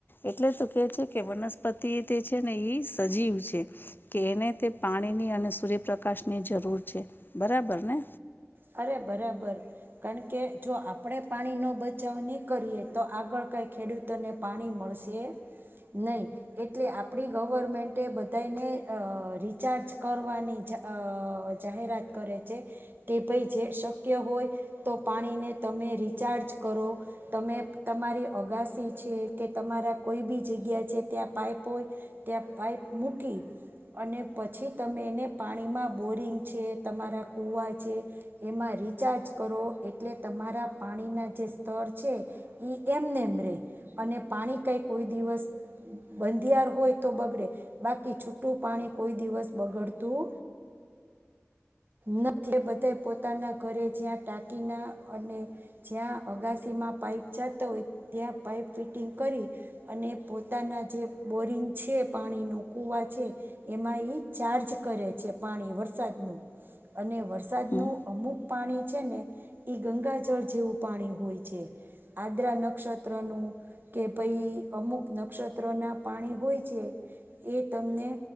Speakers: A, on the left (about 45°); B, on the right (about 45°).
A: એટલે તો કે છે કે વનસ્પતિ તે છે ને એ સજીવ છે. કે એને તે પાણીની અને સૂર્યપ્રકાશ ની જરૂર છે બરાબર ને.
B: અરે બરાબર. કારણ કે જો આપણે પાણીનો બચાવ નહીં કરીએ તો આગળ કંઈ ખેડૂત તને પાણી મળશે નહીં. એટલે આપડી ગવર્મેન્ટ બધાને અ રિચાર્જ કરવાની અ જાહેરાત કરે છે. કે ભાઈ જે શક્ય હોય તો પાણીને તમે રિચાર્જ કરો. તમે તમારી અગાસી છે કે તમારા કોઈ બી જગ્યા છે ત્યાં પાઈપો ત્યાં પાઈપ મૂકી અને પછી તમે એને પાણીમાં બોરિંગ છે તમારા કૂવા છે. એમાં રિચાર્જ કરો એટલે તમારા પાણીના જે સ્તર છે. ઈ એમને એમ રે અને પાણી કઈ કોઈ દિવસ બંધિયાર હોય તો બગડે બાકી છૂટું પાણી કોઈ દિવસ બગડતું નથી બધા પોતાના ઘરે જ્યાં ટાકીના અને- - જ્યાં અગાસીમાં પાઈપ જતો હોય ત્યાં પાઈપ ફિટિંગ કરી અને પોતાના જે બોરિંગ છે પાણી કુવા છે. એમાં ચાર્જ કરે છે પાણી વરસાદનું અને વરસાદનું
A: હમ
B: અમુક પાણી છે ને એઈ ગંગા જળ જેવું પાણી હોય છે. આદ્રા નક્ષત્ર નું કે ભાઈ અમુક નક્ષત્ર ના પાણી હોય છે. એ તમને